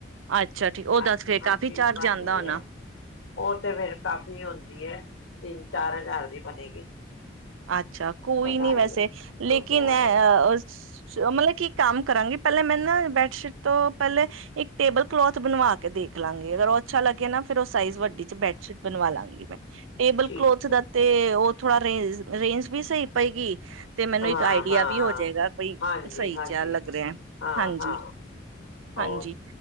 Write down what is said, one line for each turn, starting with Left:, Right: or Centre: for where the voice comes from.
Right: ਅੱਛਾ। ਉਹਦਾ
Left: ਹ
Right: ਤੇ ਫੇਰ
Left: ਹਾਂਜੀ,
Right: ਕਾਫ਼ੀ
Left: ਚੀਜ਼
Right: ਚਾਰਜ
Left: ਬਣਦੀ
Right: ਆਂਦਾ ਹੋਣਾ
Left: ਹੈ, ਉਹ ਤੇ ਫਿਰ ਕਾਫ਼ੀ ਹੁਂਦੀ ਹੈ। ਤਿੰਨ-ਚਾਰ ਹਜ਼ਾਰ ਦੀ ਬਣੇਗੀ।
Right: ਅੱਛਾ, ਕੋਈ
Left: ਬਣਾਈ
Right: ਨਹੀਂ ਵੈਸੇ ਲੇਕਿਨ
Left: ਦੋ ਹਜ਼ਾਰ
Right: ਅ ਮਤਲਬ ਕਿ, ਕੰਮ ਕਰਾਂਗੇ ਪਹਿਲਾਂ ਮੈਂ ਨਾ ਬੈਡ ਸ਼ੀਟ ਤੋਂ ਪਹਿਲੇ ਇਕ ਟੇਬਲ ਕਲੋਥ ਬਣਵਾ ਕੇ ਦੇਖ ਲਾਂਗੀ ਅਗਰ ਉਹ ਅੱਛਾ ਲੱਗੇ ਨਾ ਫਿਰ ਸਾਈਜ਼ ਵੱਡੀ ਚ ਬੈਡਸ਼ੀਟ ਬਣਵਾ ਲਾਂਗੀ ਮੈਂ, ਟੇਬਲ
Left: ਠੀਕ
Right: ਕਲੋਥ ਦਾ
Left: ਹੈ
Right: ਤੇ ਉਹ ਥੋੜਾ ਰੇਂਜ ਰੇਂਜ ਵੀ ਸਹੀ ਪਏਗੀ। ਤੇ ਮੈਨੂੰ
Left: ਹਾਂ
Right: ਇੱਕ ਆਈਡੀਆ
Left: ਹਾਂ
Right: ਵੀ ਹੋ ਜਾਏਗਾ, ਥਈ
Left: ਹਾਂਜੀ
Right: ਸਹੀ
Left: ਹਾਂਜੀ
Right: ਜਾ ਲੱਗ ਰਿਹਾ,
Left: ਹਾਂ
Right: ਹਾਂਜੀ-ਹਾਂਜੀ
Left: ਹਾਂ ਹੋਰ